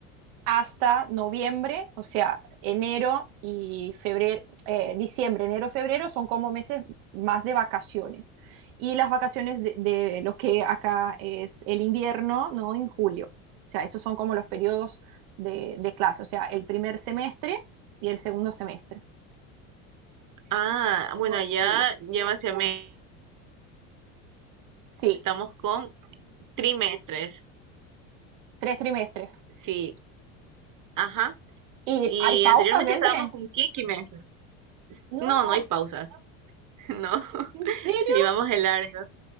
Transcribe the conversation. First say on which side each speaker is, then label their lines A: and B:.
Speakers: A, on the right; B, on the right.
A: hasta noviembre, o sea, enero y febrero, eh, diciembre, enero, febrero son como meses más de vacaciones. Y las vacaciones de, de lo que acá es el invierno, ¿no? En julio. O sea, esos son como los periodos de, de clase, o sea, el primer semestre y el segundo semestre
B: Ah, bueno,
A: por
B: allá
A: julio.
B: llevan semestres,
A: Sí,
B: estamos con trimestres,
A: tres trimestres.
B: sí, ajá.
A: ¿Y
B: Y
A: hay pausas
B: anteriormente
A: entre?
B: estábamos con quinquimestres. S-
A: No,
B: No, no hay pausas, <laughs> no.
A: ¿en serio?
B: Sí, vamos a largo.